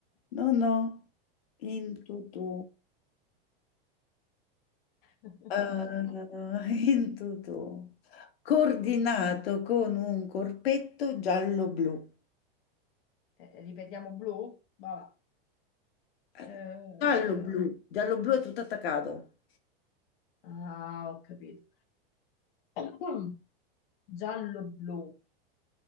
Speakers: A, on the left; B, on the left.
A: No, no, in tutto,
B: <coughs>
A: <laughs> in tutto, coordinato con un corpetto giallo-blu.
B: Eh, ripetiamo blu? Vabbè.
A: Eh,
B: Eh,
A: Giallo-blu, giallo-blu è tutto attaccato.
B: ah, ho capito. <coughs> Giallo-blu,